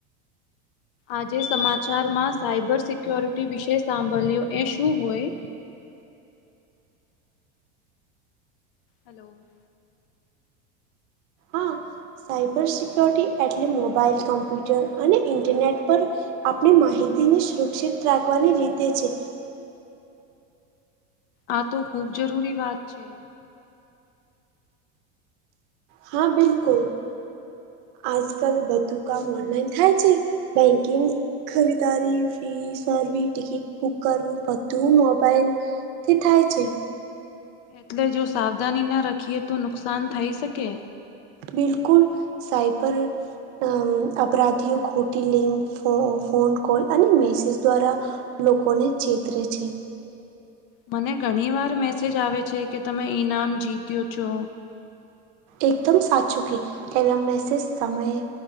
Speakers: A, on the left (about 65°); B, on the right (about 55°).
A: આજે સમાચારમાં સાયબર સિક્યોરિટી વિશેય સાંભળ્યો એ શું હોય હલો
B: હા સાયબર સિક્યોરિટી એટલે મોબાઈલ કમ્પ્યુટર અને ઇન્ટરનેટ પર આપણે માહિતીને સુરક્ષિત રાખવાની રીતે છે.
A: આ તો ખુબ જરૂરી વાત છે.
B: હા બિલકુલ આજકાલ બધું કામ ઓનલાઈન થાય છે બેંકિંગ ખરીદારી ફી કરવી ટિકિટ બુક કરવું બધું મોબાઈલ થી થાય છે.
A: એટલે જો સાવધાની ન રાખીએ તો નુકસાન થઈ શકે
B: બિલકુલ સાઇબર અ અપરાધીઓ ખોટી લિંક ફો ફોન કોલ અને મેસેજ દ્વારા લોકોને ચેતરે છે.
A: મને ઘણી વાર મેસેજ આવે છે કે તમે ઈનામ જીત્યો છો
B: એકદમ સાચું કી કેવા મેસેજ સમયે